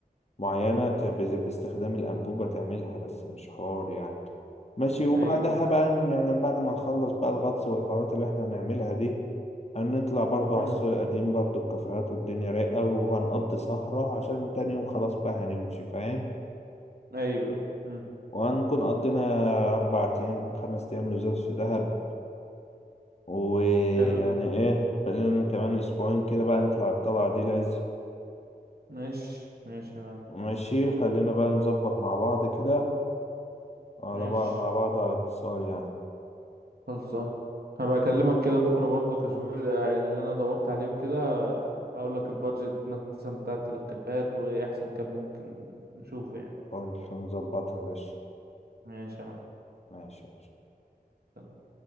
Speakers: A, on the left; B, on the right.
A: معينة
B: امم
A: ت- بز- باستخدام الأنبوبة تعملها بس مش حوار يعني ماشي وبعدها
B: ايوه أيوه.
A: بقى ن- يعني بعد ما نخلص بقى الغطس والحوارات اللي احنا هنعملها دي هنطلع برضو
B: مم.
A: على السوق القديم برضو الكافيهات والدنيا رايقة وهنقضي سهرة عشان تاني يوم خلاص بقى هنمشي فاهم
B: ايوه ايوه مم.
A: وهنكون قضينا أربع أيام خمس أيام لزاز في دهب ويعني
B: حلو ده
A: إيه خلينا كمان أسبوعين كده بقى نطلع الطلعة دي لازم
B: ماشي ماشي يا معلم
A: ماشي خلينا بقى نظبط مع بعض كده على
B: ماشي
A: بقى مع بعض على اتصال يعني
B: خلصان هبقى اكلمك كده بكره برضو كشوف اللي اللي انا دورت عليه وكده هقول لك البادجت مثلا بتاعت الكامبات وايه احسن كامب ممكن نشوفه يعني
A: قول ونظبطها يا باشا
B: ماشي يا معلم
A: ماشي
B: سلام.